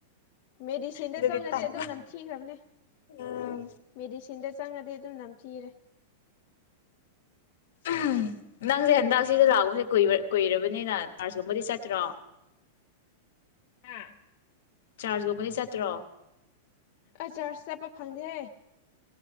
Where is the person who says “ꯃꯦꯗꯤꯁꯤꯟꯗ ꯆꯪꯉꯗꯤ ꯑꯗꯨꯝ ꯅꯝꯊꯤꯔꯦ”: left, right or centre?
Left